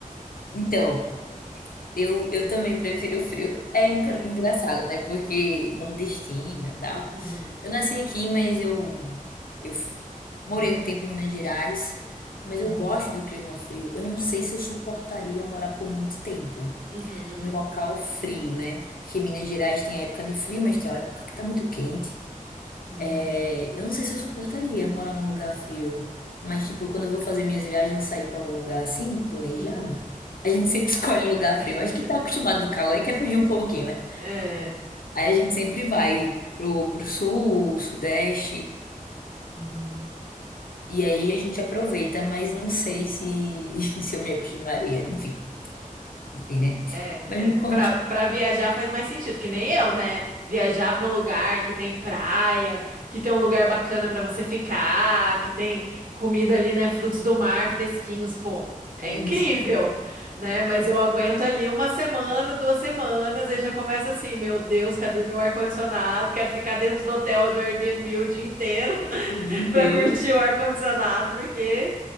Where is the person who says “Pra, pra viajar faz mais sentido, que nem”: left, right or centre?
Right